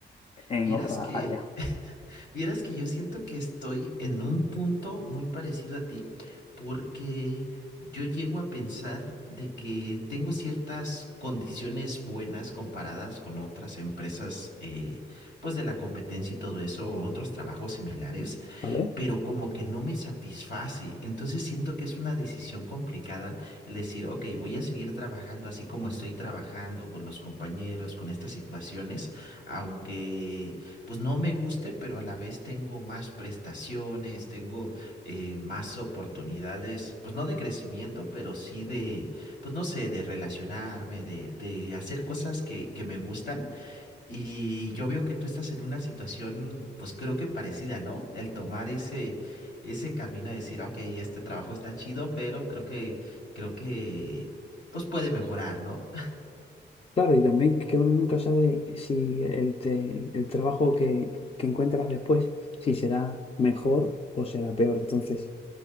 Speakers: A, on the left; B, on the left.
A: en
B: Vieras
A: otra
B: que,
A: área.
B: <laughs> vieras que yo siento que estoy en un punto muy parecido a ti, porque yo llego a pensar de que tengo ciertas condiciones buenas comparadas con otras empresas, eh, pues de la competencia y todo eso, o otros trabajos similares,
A: ¿Vale?
B: pero como que no me satisface. Entonces siento que es una decisión complicada el decir, ok, voy a seguir trabajando así como estoy trabajando con los compañeros, con estas situaciones, aunque pues no me guste, pero a la vez tengo más prestaciones, tengo eh, más oportunidades, pues no de crecimiento, pero sí de, pues no sé, de relacionarme, de, de hacer cosas que, que me gustan y yo veo que tú estás en una situación, pues creo que parecida, ¿no? El tomar ese, ese camino de decir, ok, este trabajo está chido, pero creo que, creo que, pues puede mejorar, ¿no?
A: Claro, y también que uno nunca sabe si el, te- el trabajo que, que encuentras después, si será mejor o será peor. Entonces,